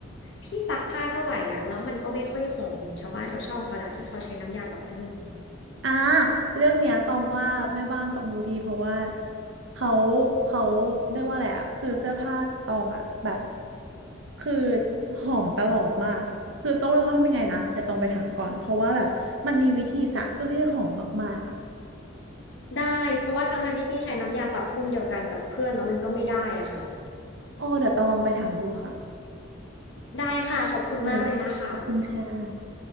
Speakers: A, on the left (about 60°); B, on the right (about 65°).
A: พี่ซักผ้าเท่าไหร่อ่ะแล้วมันก็ไม่ค่อยหอมเหมือนชาวบ้านชาวช่องเขาอะที่เขาใช้น้ำยาปรับผ้านุ่ม
B: อ่าเรื่องเนี้ยตองว่าแม่บ้านตองรู้ดีเพราะว่าเขาเขาเรียกว่าอะไรอ่ะคือเสื้อผ้าตองอ่ะแบบคือหอมตลอดมากอ่ะคือต้องไม่เขาทำยังไงนะเดี๋ยวตองไปถามก่อนเพราะว่าแบบมันมีวิธีซักเพื่อที่จะหอมมากๆอ่ะ
A: ได้เพราะว่าทั้งทั้งที่พี่ใช้น้ำยาปรับผ้านุ่มเดียวกันกับเพื่อนแล้วมันก็ไม่ได้อ่ะค่ะ
B: อ๋อเดี๋ยวตองลองไปถามดูค่ะ
A: ได้ค่ะขอบคุณมากเลยนะคะ
B: โอเคขอบคุณค่ะ